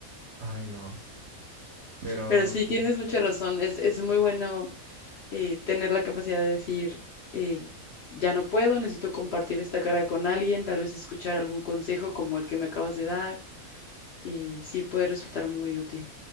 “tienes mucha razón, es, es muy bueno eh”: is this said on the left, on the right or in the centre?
Left